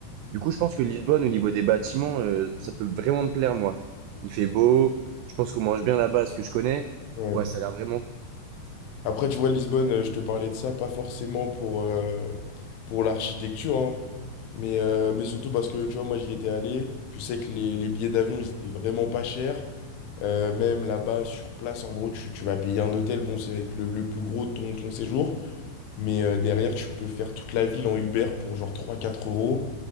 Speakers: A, on the right; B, on the left.
A: Du coup, je pense que Lisbonne, au niveau des bâtiments, euh, ça peut vraiment me plaire, moi. Il fait beau. Je pense qu'on mange bien là-bas, ce que je connais.
B: Ouais.
A: Ouais, ça a l'air vraiment cool.
B: Après, tu vois, Lisbonne, euh, je te parlais de ça, pas forcément pour, euh, pour l'architecture, hein, mais, euh, mais surtout parce que, tu vois, moi, j'y étais allé. Je sais que les, les billets d'avion, ils étaient vraiment pas chers. Euh, même là-bas, sur place, en gros, tu, tu vas payer un hôtel. Bon, c'est le, le plus gros de ton, ton séjour. Mais euh, derrière, tu peux faire toute la ville en Uber pour genre trois quatre euros.